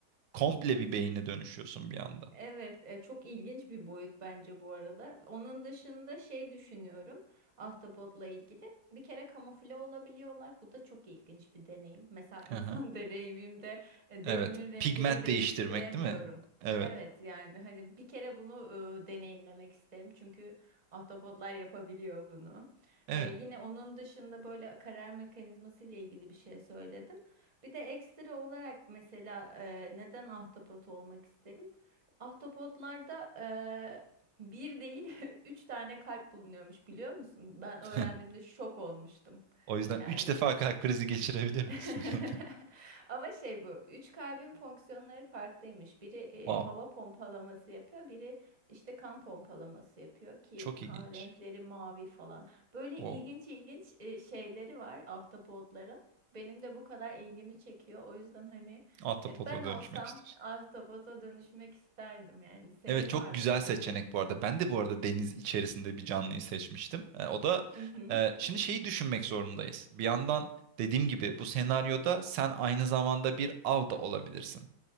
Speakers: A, on the right; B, on the right.
A: komple bir beyine dönüşüyorsun bir anda.
B: Evet, e, çok ilginç bir boyut bence bu arada. Onun dışında şey düşünüyorum ahtapotla ilgili. Bir kere kamufle olabiliyorlar. Bu da çok ilginç bir deneyim. Mesela insan
A: Hı hı.
B: <laughs> deneyimimde e,
A: Evet.
B: derimin rengini
A: Pigment
B: değiştiremiyorum.
A: değiştirmek değil mi? Evet.
B: Evet yani hani bir kere bunu e, deneyimlemek isterim. Çünkü ahtapotlar yapabiliyor bunu.
A: Evet.
B: E, yine onun dışında böyle karar mekanizması ile ilgili bir şey söyledim. Bir de ekstra olarak mesela e, neden ahtapot olmak isterim? Ahtapotlarda eee, bir değil <laughs> üç tane kalp bulunuyormuş biliyor musun? Ben öğrendiğimde
A: <laughs>
B: şok olmuştum.
A: O yüzden
B: Yani
A: 3 defa kalp krizi geçirebilir misin?
B: <laughs>
A: <laughs>
B: Ama şey bu, üç kalbin fonksiyonları farklıymış. Biri e,
A: Wow.
B: hava pompalaması yapıyor, biri işte kan pompalaması yapıyor ki
A: Çok
B: kan
A: ilginç.
B: renkleri mavi falan. Böyle
A: Wow.
B: ilginç ilginç e, şeyleri var ahtapotların. Benim de bu kadar ilgimi çekiyor. O yüzden hani
A: Ahtapota
B: e, ben
A: dönüşmek
B: olsam
A: istiyorsun.
B: ahtapota dönüşmek isterdim yani. Senin
A: Evet çok
B: var
A: güzel
B: mı peki?
A: seçenek bu arada. Ben de bu arada deniz içerisinde bir canlıyı seçmiştim. E, o da
B: Hı hı.
A: e, şimdi şeyi düşünmek zorundayız. Bir yandan dediğim gibi bu senaryoda sen aynı zamanda bir av da olabilirsin.